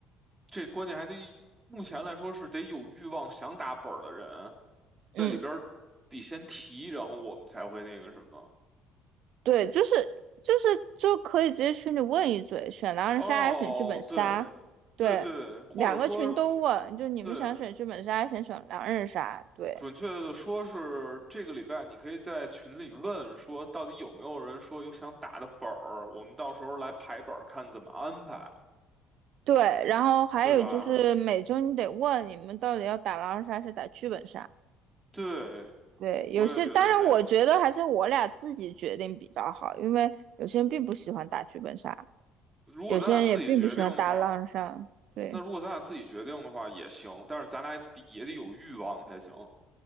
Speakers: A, on the right (about 20°); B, on the right (about 65°).
A: 这关键还得目前来说是得有欲望想打本儿的人
B: 嗯。
A: 在里边儿得先提，然后我们才会那个什么。
B: 对，就是就是就可以直接群里问一嘴，选狼人杀还是选剧本杀？
A: 哦，对，
B: 对，
A: 对对，或者说
B: 两个群都问，就你们想选剧本杀还是想选狼人杀？
A: 对，
B: 对
A: 准确的说是这个礼拜你可以在群里问说，到底有没有人说有想打的本儿，我们到时候来排本儿看怎么安排，
B: 对，然后还有就是每周你得问你们到底要打狼人杀还是打剧本杀？
A: 对吧？对，
B: 对，有些当然我觉得还是我俩自己决定比较好，
A: 我也觉得是这样。
B: 因为有些人并不喜欢打剧本杀，
A: 如果咱俩自己决定的话，
B: 有些人也并不喜欢打狼人杀。对。
A: 那如果咱俩自己决定的话也行，但是咱俩得也得有欲望才行，